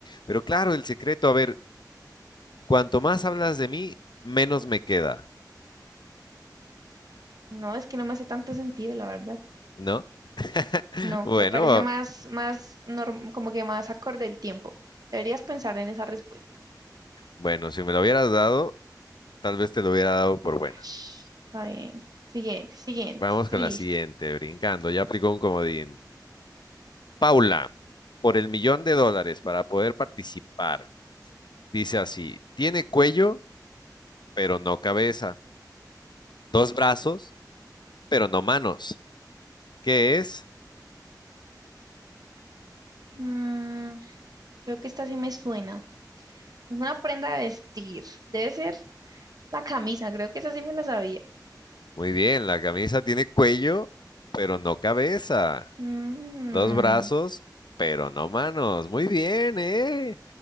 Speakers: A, on the left; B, on the right.
A: Pero claro, el secreto, a ver, cuanto más hablas de mí, menos me queda,
B: No, es que no me hace tanto sentido, la verdad.
A: ¿no? <laughs>
B: No,
A: Bueno,
B: me parece más, más, norm- como que más acorde el tiempo. Deberías pensar en esa respuesta.
A: bueno, si me lo hubieras dado, tal vez te lo hubiera dado por buena.
B: Shh, Está bien. Siguiente, siguiente.
A: Vamos
B: Estoy
A: con
B: listo.
A: la siguiente, brincando, ya aplicó un comodín. Paula, por el millón de dólares para poder participar, dice así, tiene cuello, pero no cabeza, dos brazos, pero no manos. ¿Qué es?
B: Mm, creo que esta sí me suena. Una prenda de vestir. Debe ser la camisa. Creo que esa sí me la sabía.
A: Muy bien, la camisa tiene cuello, pero no cabeza.
B: Mm,
A: Dos brazos, pero no manos. Muy bien, ¿eh?